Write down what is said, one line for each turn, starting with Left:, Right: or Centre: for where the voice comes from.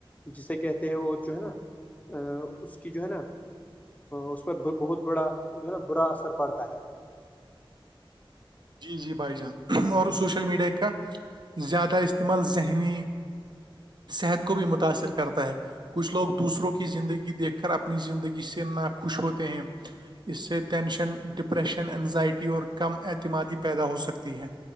Left: جسے کہتے ہیں اور جو ہے نا اس کی جو ہے نا اس پر بہت بڑا جو ہے نا برا اثر پڑتا ہے
Right: جی جی بھائی جان اور سوشل میڈیا کا زیادہ استعمال ذہنی صحت کو بھی متاثر کرتا ہے کچھ لوگ دوسروں کی زندگی دیکھ کر اپنی زندگی سے نا خوش ہوتے ہیں اس سے ٹینشن ڈپریشن انینزائٹی اور کم اعتمادی پیدا ہو سکتی ہے